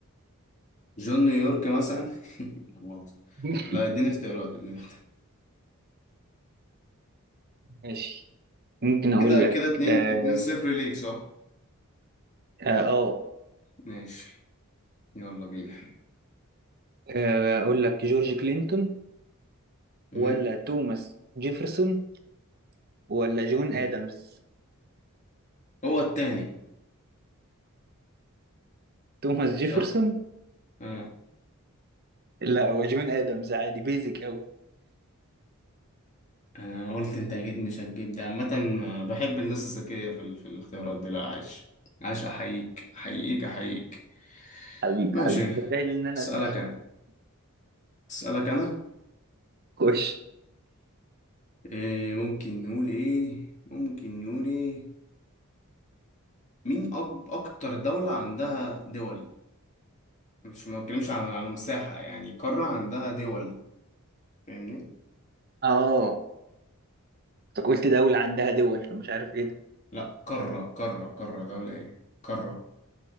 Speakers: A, on the left; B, on the right.
A: جون نيويورك مثلا <laughs> لا مؤاخذة.
B: <laughs>
A: لا، اديني اختيارات اديني اختيارات.
B: ماشي ممكن أقول
A: كده
B: لك
A: كده اتنين
B: اه,
A: اتنين صفر ليك صح
B: آه آه.
A: ماشي يلا بينا
B: آه، اقول لك جورج كلينتون
A: م?
B: ولا توماس جيفرسون ولا جون
A: م.
B: ادمز
A: هو التاني
B: توماس جيفرسون
A: صح آه.
B: لا هو جون ادمز عادي بيزك قوي
A: انا قلت انت اكيد مش هتجيب ده عامه آه، بحب الناس الذكيه في ال- في الاختيارات دي لا عايش عايش احييك احييك احييك
B: حبيبي
A: ماشي
B: حبيبي متخيل ان انا
A: اسالك
B: اسال
A: انا اسالك انا
B: خش
A: إيه ممكن نقول ايه ممكن نقول ايه مين أك... اكتر دوله عندها دول مش ما بتكلمش على على مساحه يعني قاره عندها دول فاهمني
B: اه انت قلت دولة عندها دول فمش عارف ايه ده
A: لا قاره قاره قاره دوله ايه قاره